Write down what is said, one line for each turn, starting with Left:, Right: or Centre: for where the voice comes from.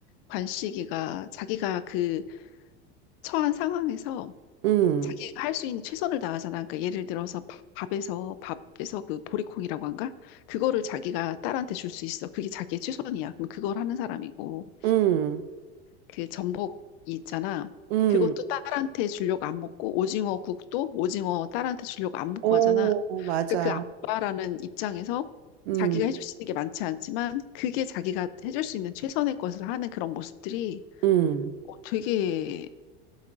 Left: 관식이가 자기가 그 처한 상황에서
Right: 음,
Left: 자기가 할 수 있는 최선을 다하잖아. 그러니까 예를 들어서 밥- 밥에서 밥에서 그 보리콩이라고 한가? 그거를 자기가 딸한테 줄 수 있어. 그게 자기의 최선이야. 그럼 그걸 하는 사람이고.
Right: 음,
Left: 그 전복 있잖아.
Right: 음.
Left: 그것도 딸한테 주려고 안 먹고 오징어 국도 오징어 딸한테 주려고 안 먹고
Right: 오,
Left: 하잖아.
Right: 맞아.
Left: 그러니까 그 아빠라는 입장에서
Right: 음,
Left: 자기가 해줄 수 있는 게 많지 않지만 그게 자기가 해줄 수 있는 최선의 것을 하는 그런 모습들이
Right: 음.
Left: 어, 되게